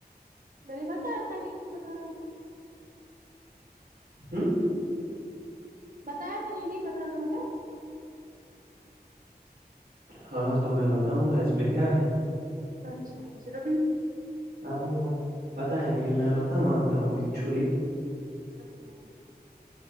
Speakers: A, on the right (about 55°); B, on the right (about 75°).
A: میں نے بتایا تھا یہ نہیں بتانا
B: ہوں
A: بتایا تھا یہ نہیں بتانا ہوتا ہے
B: ہاں تو میں بتاؤں گا اس میں کیا ہے
A: اچھا اچھا
B: آپ نے ب بتایا لیکن میں مت نہ مانتا ہوں ایک چولی
A: اچھا اچھا